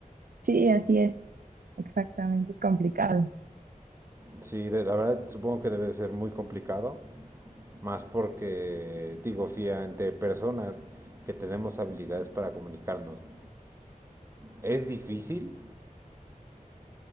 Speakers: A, on the right (about 80°); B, on the right (about 20°).
A: Sí, así es, exactamente, es complicado.
B: Sí, de- la verdad supongo que debe de ser muy complicado, más porque, digo, si ante personas que tenemos habilidades para comunicarnos es difícil,